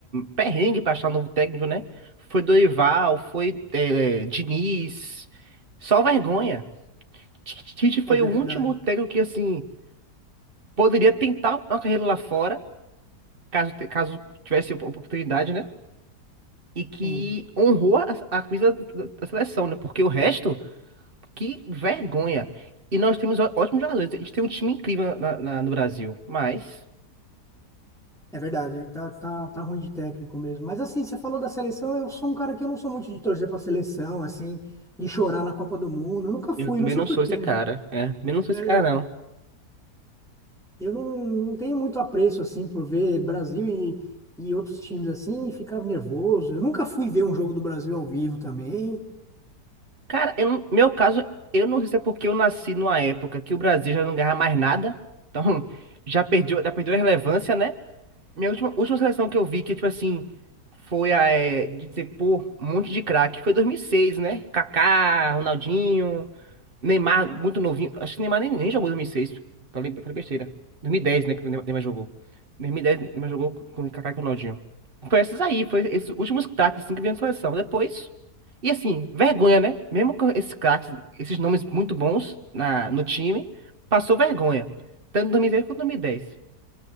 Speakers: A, on the right; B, in the centre.
A: perrengue para achar um novo técnico, né? Foi Dorival, foi eh, Diniz, só vergonha. Tite foi
B: É verdade,
A: o último técnico que, assim, poderia tentar uma carreira lá fora, caso, te- caso tivesse op- oportunidade, né? E que
B: sim,
A: honrou a, a camisa da, da seleção, né? Porque o resto, que vergonha. E nós temos ó- ótimos jogadores. A gente tem um time incrível na, na- no Brasil. Mas
B: é verdade, ele tá, tá, tá ruim de técnico mesmo. Mas assim, você falou da seleção, eu sou um cara que eu não sou muito de torcer pra seleção, assim, de chorar na Copa do Mundo, eu nunca fui,
A: eu também
B: não sei
A: não
B: por
A: sou
B: quê,
A: esse
B: viu?
A: cara, né? Também não sou
B: É,
A: esse cara,
B: Eu não, não tenho muito apreço, assim, por ver Brasil e, e outros times assim, e ficava nervoso. Eu nunca fui ver um jogo do Brasil ao vivo também.
A: Cara, eu, não- meu caso, eu não sei se é porque eu nasci numa época que o Brasil já não ganhava mais nada, <laughs> então já perdeu, já perdeu a relevância, né? Minha última, última seleção que eu vi que, tipo assim, foi a, é, de dizer, pô, um monte de craque, foi 2006, né? Kaká, Ronaldinho, Neymar, muito novinho. Acho que Neymar nem, nem jogou em 2006. Falei, falei besteira. 2010, né? Que o Neymar Neymar jogou. 2010, Neymar jogou com o Kaká e com o Ronaldinho. Foi esses aí, foi esses últimos craques assim, que vieram na seleção. Depois. E assim, vergonha, né? Mesmo com esses craques, esses nomes muito bons na, no time, passou vergonha. Tanto em 2010 quanto em 2010.